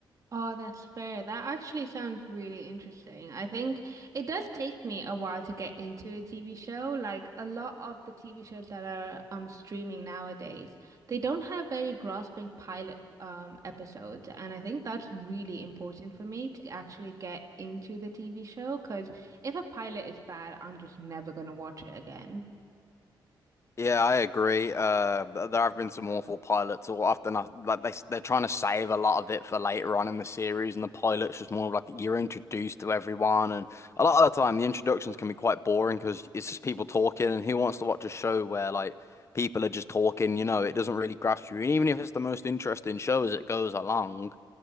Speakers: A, on the right; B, on the left.
A: Oh, that's fair. That actually sounds really interesting. I think it does take me a while to get into a TV show. Like a lot of the TV shows that are um streaming nowadays, they don't have very grasping pilot um episodes, and I think that's really important for me to actually get into the TV show because if a pilot is bad, I'm just never gonna watch it again.
B: Yeah, I agree. Uh, there have been some awful pilots, or often I, like they they're trying to save a lot of it for later on in the series, and the pilot's just more of like you're introduced to everyone, and a lot of the time the introductions can be quite boring because it's just people talking, and who wants to watch a show where like people are just talking? You know, it doesn't really grasp you, and even if it's the most interesting show as it goes along,